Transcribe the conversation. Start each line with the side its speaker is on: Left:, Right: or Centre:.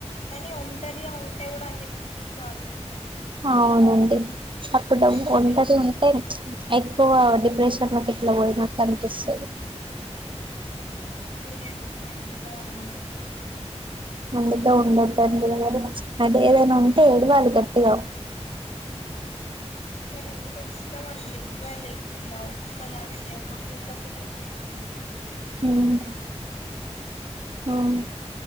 Left: కానీ ఒంటరిగా ఉన్నా కూడా అన్ని పిచ్చి పిచ్చి ఆలోచనలు వస్తాయి
Right: అవునండి అప్పుడబ్
Left: నాకు
Right: ఒంటరిగా
Left: ఎక్స్పీరియన్స్
Right: ఉంటే ఎ డిప్రషన్ట్లోకి అట్ల పోయినట్టు అనిపిస్తుంది
Left: న్నా అ ఎక్స్పీరియన్స్ నేను ఒక్కదని ఉన్నప్పుడు
Right: అందుతో ఉండొద్దండి అదే ఏదైనా ఉంటే ఏడవలీ గట్టిగా
Left: కానీ ఎందుకో ఇష్టం అండి ఎవ్వలే కుండా ఒక్క దానే కుక్క పిల్లని తీసుకొని నేను
Right: ఉమ్
Left: నా కుక్క పిల్ల
Right: అవును